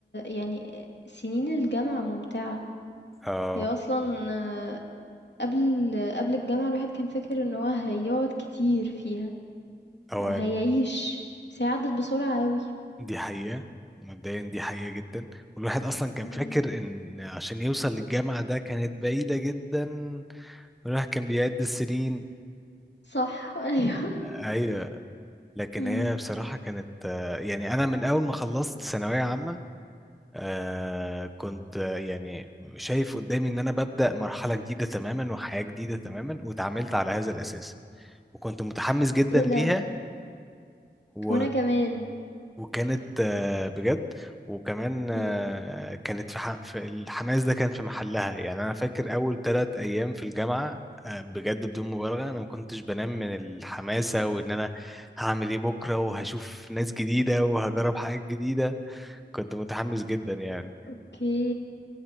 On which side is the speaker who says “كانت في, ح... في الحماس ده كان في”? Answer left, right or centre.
Centre